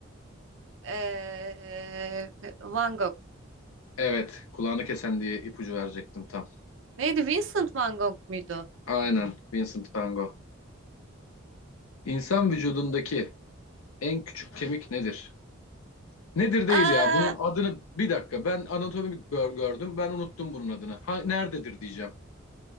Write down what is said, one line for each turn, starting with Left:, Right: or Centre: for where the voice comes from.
Right: Ee, Van Gogh.
Left: Evet, kulağını kesen diye ipucu verecektim tam.
Right: Neydi? Vincent Van Gogh muydu?
Left: Aynen, Vincent van Gogh. İnsan vücudundaki en küçük kemik nedir? Nedir değil
Right: Aa,
Left: ya. Bunun adını bir dakika. Ben anatomi gör- gördüm. Ben unuttum bunun adını. Ha, nerededir diyeceğim.